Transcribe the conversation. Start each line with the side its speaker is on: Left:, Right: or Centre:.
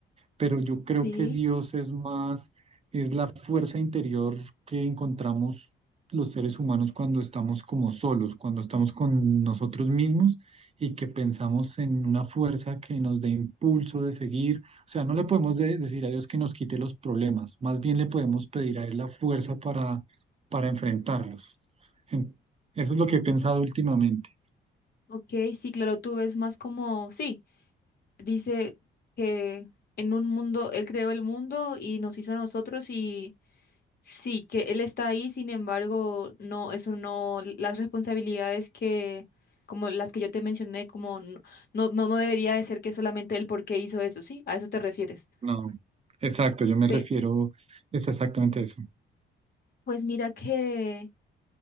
Right: pero yo creo
Left: Sí,
Right: que Dios es más, es la fuerza interior que encontramos los seres humanos cuando estamos como solos, cuando estamos con nosotros mismos y que pensamos en una fuerza que nos dé impulso de seguir. O sea, no le podemos de- decir a Dios que nos quite los problemas, más bien le podemos pedir a Él la fuerza para, para enfrentarlos. En- Eso es lo que he pensado últimamente.
Left: ok, sí, claro, tú ves más como, sí. dice que en un mundo, él creó el mundo y nos hizo a nosotros y sí, que él está ahí, sin embargo, no, eso no, las responsabilidades que, como las que yo te mencioné, como no, no, no no debería de ser que solamente él porque hizo eso, ¿sí? A eso te refieres.
Right: No, exacto, yo me
Left: Pe-
Right: refiero, es exactamente eso.
Left: pues mira que,